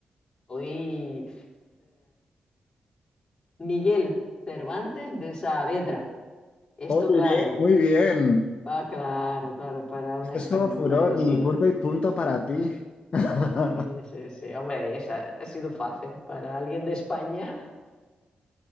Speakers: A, on the left; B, on the left.
A: Hoy, Miguel Cervantes de Saavedra. Esto
B: Oye,
A: claro,
B: muy bien.
A: Ah, claro, claro, para una
B: Esto
A: española
B: es como furor,
A: eso.
B: mini punto y punto para ti. <laughs>
A: Sí, sí, sí, hombre, esa ha sido fácil. Para alguien de España, <laughs>